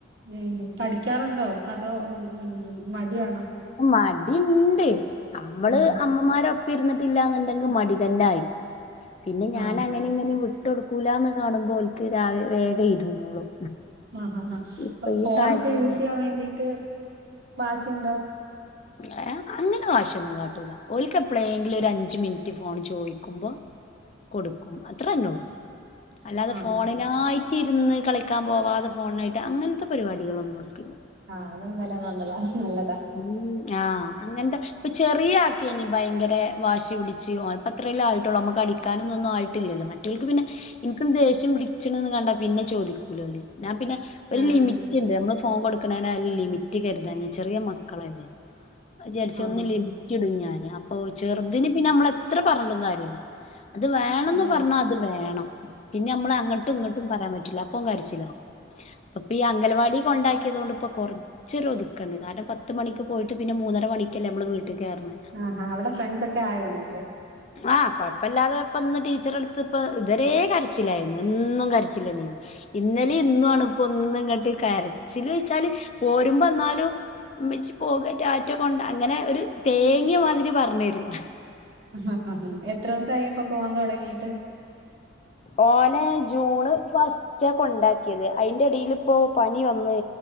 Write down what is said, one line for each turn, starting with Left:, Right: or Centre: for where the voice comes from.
Right: ഉം പഠിക്കാറുണ്ടോ അതോ ഉം ഉം മടിയാണോ
Left: മടി ഇണ്ട് അമ്മള്
Right: ആഹ്
Left: അമ്മമാരൊ പ്പം ഇര്ന്ന്ട്ടില്ലന്ന്ണ്ടെങ്ക് മടി തന്നെ ആയിരിക്കും പിന്നെ ഞാൻ
Right: ആഹ്
Left: അങ്ങനിം ഇങ്ങനിം വി ട്ടൊടുക്കൂലാന്ന് കാണുമ്പോ ഓല്ക്ക് രാവ് വേഗം ഇരുന്നോളും.
Right: ആഹ് ആഹ് ആഹ്
Left: ഇപ്പൊ
Right: ഫോണൊക്കെ
Left: ഈ പ്രായത്തില്
Right: യൂസെയ്യാൻ വേണ്ടീട്ട് വാശിണ്ടോ
Left: ഏഹ് ഹേ അങ്ങനെ വാശിയൊന്നും കാട്ടൂല ഓല്ക്ക് എപ്പ്ളേങ്കിലും ഒരു അഞ്ച് മിൻറ്റ് ഫോൺ ചോയിക്കുമ്പൊ കൊട്ക്കും അത്രന്നെ ഒള്ളൂ അല്ലാതെ
Right: ആഹ്
Left: ഫോണിനായി
Right: ആഹ് ആഹ്
Left: റ്റ് ഇരുന്ന് കളിക്കാൻ പോവാതെ ഫോണ്നായിട്ട് അങ്ങൻത്തെ പരിപാടികളൊന്നും ഓൽക്കില്ല
Right: ആഹ് അതെന്തായാലും നന്നതാ നല്ലതാ
Left: ഉം ആഹ്
Right: ഉം
Left: അങ്ങൻത്തെ പ്പ ചെറിയ ആക്കേയ്നി ഭയങ്കരെ വാശി പിടിച്ച് ഒന്പ്പത്രല്ലെ ആയിട്ടൊള്ളൂ അമ്മക്ക് അടിക്കാനൊന്നൊന്നും ആയിട്ടില്ലല്ലോ മറ്റേ റ്റോൽക്ക് പിന്നെ ഇൻക്ണ്ട് ദേഷ്യം പിടിച്ച്ണ്ന്ന് കണ്ടാ പിന്നെ ചോദിക്കൂലോല്. ഞാൻ പിന്നെ ഒരു
Right: ആഹ് ആഹ്
Left: ലിമിറ്റ് ഇണ്ട് നമ്മള് ഫോൺ കൊട്ക്ക്ണേനായാലും ലിമിറ്റ് കെര്താഞ്ഞ ചെറിയ മക്കളല്ലേ അഹ് വിചാരിച്ചൊന്ന്
Right: ആഹ്
Left: ലിമിറ്റ്ടും ഞാന് അപ്പൊ ചെറ്തിന് പിന്നെ അമ്മളെ ത്ര പർഞ്ഞ്ട്ടും കാര്യല്ല അത് വേണംന്ന്
Right: ഓഹ്
Left: പർഞ്ഞാ അത് വേണം പിന്നെ അമ്മള് അങ്ങട്ടും ഇങ്ങട്ടും പറയാൻ പറ്റൂല അപ്പോൻ കരിച്ചിലാവും പ്പൊപ്പി അംഗൽവാടി കൊണ്ടാക്കിയതോണ്ട് ഇപ്പൊ കൊർച്ചൊരു ഒതു ക്കണ്ട് കാരണം പത്ത് മണിക്ക് പോയിട്ട് പിന്നെ മൂന്നര മണിക്കല്ലേ നമ്മള് വീട്ടിക് കേറ്ണ്
Right: ആഹ് ആഹ് അവിടെ ഫ്രണ്ട്സ് ഒക്കെ ആയോന്ന്ട്ട്.
Left: ആഹ് കൊഴപ്പല്ലാതെ ഇപ്പന്ന് ടീച്ചറെട്ത്ത്പ്പൊ ഇതുവരേ കരച്ചില്ലായിര്ന്ന് എന്നും കരച്ചിലെന്നേയ്നി ഇന്നലി ഇന്നു ആണ് ഇപ്പൊ ഒന്ന് ഇങ്ങട്ട് കരച്ചില്ച്ചാല് പോരുമ്പന്നാലും. ഇമ്മച്ചി പോക റ്റാറ്റ കൊണ്ട അങ്ങനെ ഒരു തേങ്ങിയ മാതിരി പർഞ്ഞെരും
Right: ആഹ് ആഹ് എത്രോസായി ഇപ്പ പോവാൻ തൊടങ്ങിയിട്ട്
Left: ഓനെ ജൂണ് ഫസ്റ്റാ കൊണ്ടാക്കിയേത് അയ്‌ന്റെ എടീല് പ്പോ പനി വന്ന്.